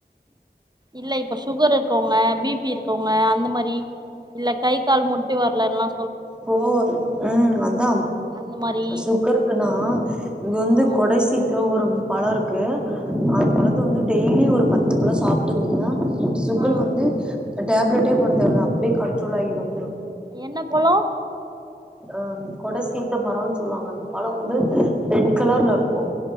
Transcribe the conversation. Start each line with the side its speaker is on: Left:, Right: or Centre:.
Right: இல்ல இப்ப சுகர் இருக்கவுங்க பிபி இருக்கவுங்க அந்த மாரி இல்ல கை கால் முட்டி வர்லலா
Centre: கோ ம் அதா
Right: அந்த மாரி
Centre: சுகர்க்குனா இங்க வந்து
Right: ஆ
Centre: கொடை சித்தோ ஒரு பழோ இருக்கு அந்த பழத்த வந்து டெய்லி ஒரு பத்து பழோ சாப்டிங்கன்னா சுகர்
Right: ஆ
Centre: வந்து டேப்லெட்டே போடா தேவல்ல அப்டியே கண்ட்ரோல் ஆயி வந்த்ரூ
Right: என்ன பொலா
Centre: அ கொட சீத்த மரோன் சொல்லுவாங்க அந்த பழோ வந்து ரெட் கலர்ல இருக்கூ